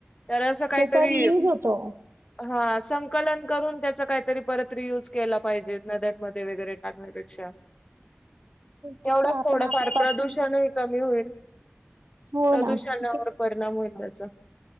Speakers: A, on the left (about 25°); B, on the right (about 75°).
A: तर असं काहीतरी
B: त्याचा रियूज होतो
A: हा संकलन करून त्याचा काहीतरी परत रियूज केला पाहिजे नद्यांमध्ये वगैरे टाकण्यापेक्षा
B: ते
A: एवढंच
B: काय आपण
A: थोडफार
B: आपल्यापासून
A: प्रदूषण कमी होईल.
B: हो
A: प्रदूषणावर
B: ना ते
A: परिणाम होईल त्याचा